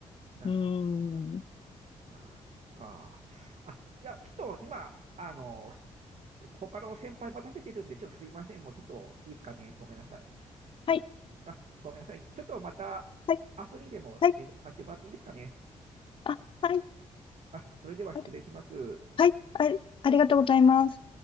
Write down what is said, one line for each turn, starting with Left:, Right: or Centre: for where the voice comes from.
Right: なるほど。
Left: うん。
Right: なるほどああ、そっか。あ、じゃあ、ちょっと今、あの、他の先輩待たせてるんで、ちょっとすいません。もうちょっといいですかね。ごめんなさい。
Left: はい、
Right: あ、ごめんなさいね。ちょっとまた、
Left: はい、
Right: 明日にでも連絡させてもらっていいですかね。
Left: はい、あ、はい、
Right: あ、それでは失礼します。
Left: あはい、あ、ありがとうございます。